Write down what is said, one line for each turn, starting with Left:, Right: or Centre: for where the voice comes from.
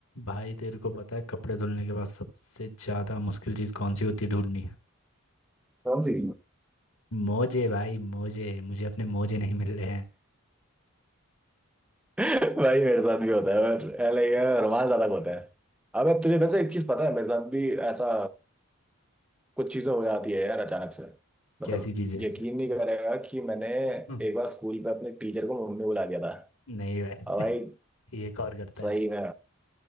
Left: भाई तेरे को पता है कपड़े धुलने के बाद सबसे ज्यादा मुश्किल चीज कौन सी होती है ढूंढनी
Centre: कौन सी
Left: मोजे भाई मोजे मुझे अपने मोजे नहीं मिल रहे हैं
Centre: भाई मेरे साथ भी होता है और लाइक रुमाल ज्यादा होता है अब अब तुझे वैसे एक चीज पता है मेरे साथ भी ऐसा कुछ चीजें हो जाती है यार अचानक से मतलब
Left: कैसी चीज है
Centre: यकीन नहीं करेगा कि मैंने
Left: हम्म,
Centre: एक बार स्कूल पे अपने टीचर को मम्मी बुला दिया था
Left: नहीं भाई
Centre: और भाई
Left: <laughs> ये कौन करता
Centre: सही
Left: है भाई
Centre: में